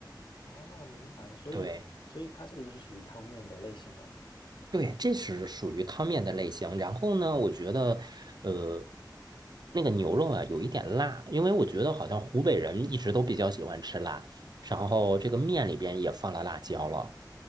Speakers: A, on the left; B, on the right.
A: 哦，明白，所以所以它这个就是属于汤面的类型了。
B: 对。对，这是属于汤面的类型。然后呢，我觉得，呃，那个牛肉啊，有一点辣，因为我觉得好像湖北人一直都比较喜欢吃辣。然后这个面里边也放了辣椒了，